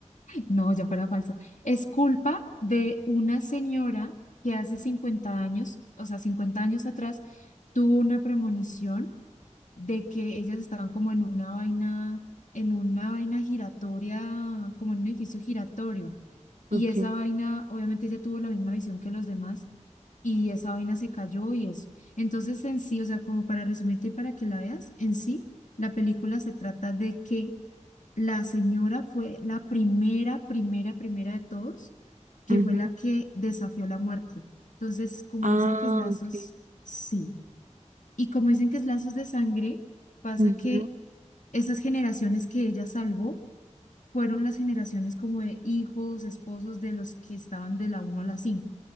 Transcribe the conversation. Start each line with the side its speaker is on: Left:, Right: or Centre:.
Left: no, ya fuera falsa, es culpa de una señora que hace 50 años, o sea, 50 años atrás, tuvo una premonición de que ellas estaban como en una vaina, en una vaina giratoria, como en un edificio giratorio. Y
Right: Ok.
Left: esa vaina, obviamente ella tuvo la misma visión que los demás y esa vaina se cayó y eso. Entonces en sí, o sea, como para resumirte y para que la veas, en sí, la película se trata de que la señora fue la primera, primera, primera de todos, que
Right: Ajá.
Left: fue la que desafió la muerte. Entonces, como
Right: Ah,
Left: dicen que es lazos,
Right: ok.
Left: sí. Y como dicen que es lazos de sangre, pasa
Right: Ujú.
Left: que esas generaciones que ella salvó fueron las generaciones como de hijos, esposos de los que estaban de la uno a la cinco